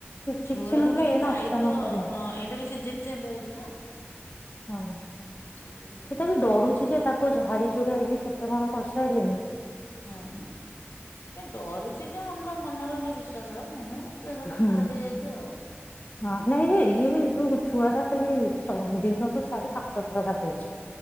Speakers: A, on the left; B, on the left.
A: କିଛି
B: ଛୁଆକୁ
A: ନଥିଲା
B: ଟିକେ
A: ଏଇନା
B: ଦାୟିତ୍ବ
A: ଅଚାନକ ହେଲା
B: ହଁ ଏଇଟା ବି ସିଜିନ ଚେଞ୍ଜ ହଉଚି ନା।
A: ଅଁହଁ।
B: ସିଜନ ଚେଞ୍ଜ
A: ଏଟା ବି
B: ହଉଛି
A: ଡରୁଚି
B: ତ
A: ଯେ ତାକୁ ଝାଡି ଚୁଡି ହେଇକି କେତେ କଣ କରସାରଲେଣି।
B: ହଁ। ଏ ଡରୁଚିଟା ଆମର ମନର ଗୋଟେ ବିଶ୍ଵାସ ନୁହୁଁ ଦେହଟା
A: ଦେଖି
B: ଖରାପ ହେଇଯାଇଚି ଆଉ।
A: ହଁ ନାଇଁ ଯେ ଇଏ ବି ଯୋଉ ଛୁଆ ଟା ଖାଲି ସବୁ ଦିନକୁ ସାଢେପାଞ୍ଚ ଥର ଗାଧୋଉଚି।